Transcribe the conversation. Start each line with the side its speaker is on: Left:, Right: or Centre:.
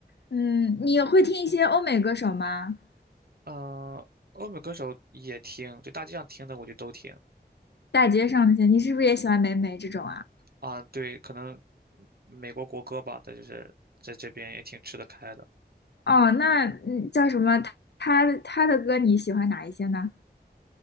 Left: 嗯，你会听一些欧美歌手吗？
Right: 嗯、欧美歌手也听，就大街上听的我就都听
Left: 大街上那些，你是不是也喜欢霉霉这种啊？
Right: 啊。对，可能美国国歌吧，但就是在这边也挺吃得开的。
Left: 哦，那嗯叫什么？他他的歌你喜欢哪一些呢？